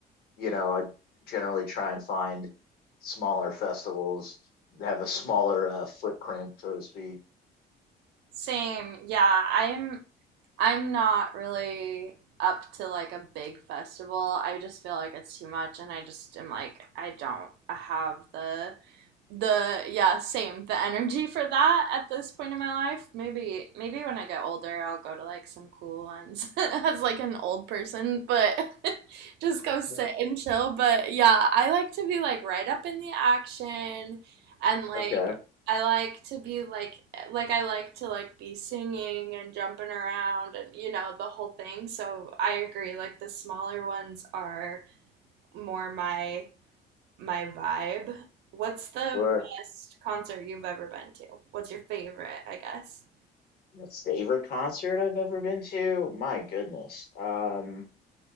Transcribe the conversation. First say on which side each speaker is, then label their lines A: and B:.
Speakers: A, on the left; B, on the right.
A: you know, I generally try and find smaller festivals that have a smaller uh, footprint, so to speak.
B: Same. Yeah, I'm I'm not really up to like a big festival. I just feel like it's too much and I just am like I don't have the the yeah same the energy for that at this point in my life maybe maybe when i get older i'll go to like some cool ones <laughs> as like an old person but <laughs> just go sit
A: Yeah.
B: and chill but yeah i like to be like right up in the action and like
A: Okay.
B: i like to be like like i like to like be singing and jumping around and you know the whole thing so i agree like the smaller ones are more my my vibe. What's the
A: Or
B: best concert you've ever been to? What's your favorite, I guess?
A: my favorite concert I've ever been to? My goodness. Um